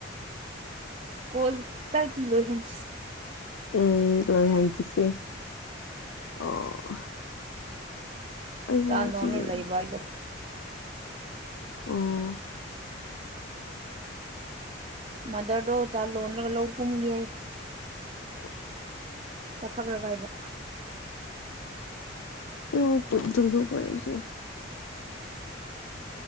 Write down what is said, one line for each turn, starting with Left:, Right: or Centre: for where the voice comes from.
Right: ꯀꯣꯜꯇꯤ ꯂꯣꯏꯍꯟ
Left: ꯎꯝ ꯂꯣꯏ ꯍꯦꯡꯀꯤꯁꯤ ꯑꯣ ꯑꯩ ꯍꯣ
Right: ꯆꯥꯟꯗꯣꯅ
Left: ꯁꯤꯁꯦ
Right: ꯂꯩꯕ ꯍꯥꯏꯗꯣ
Left: ꯑꯣ
Right: ꯃꯗꯔꯗꯣ ꯆꯥ ꯂꯔꯒ ꯂꯧ ꯀꯨꯝꯒꯦ ꯍꯥꯏ
Left: ꯑꯐ
Right: ꯆꯠꯊꯈ꯭ꯔꯒ ꯍꯥꯏꯕ
Left: ꯑ ꯀ ꯆꯁꯨ ꯀꯁꯨ <unintelligible>